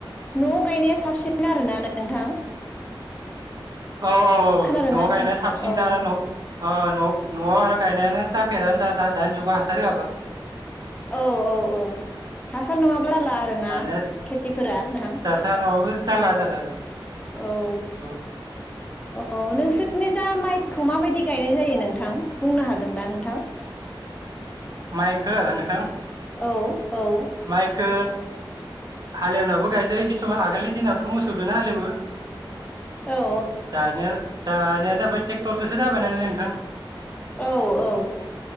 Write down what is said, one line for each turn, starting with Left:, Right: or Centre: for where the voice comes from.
Left: न'आव गायनाया साबसिन आरोना नोंथां
Right: औ औ औ
Left: खोनादोंना
Right: न'आव
Left: नोंथां
Right: गायनाया साबसिनथार
Left: औ
Right: आरो न'आव अ' न'आव न'आव आरो गायनायानो जाखेरा दा-दा-दानि जुगाव हासार होआबा
Left: औ औ औ हासार नङाब्ला फोरला आरोना
Right: दानिया
Left: खेथिफोरा नोंथां
Right: हासार नङाबाबो जारला जारला जारला
Left: औ
Right: औ
Left: औ नोंसोरनि जा माइखौ माबायदि गायनाय जायो नोंथां बुंनो हागोन ना नोंथां?
Right: माइखो नोंथां
Left: औ औ
Right: माइखो हाल एवनाबो गायजायो खिसुमान आगोलनि दिनावथ' मोसौदो हाल एवो
Left: औ
Right: दानिया दानिया जाबाय ट्रेक्टरजोंसो जाबाय नालाय नोंथां
Left: औ औ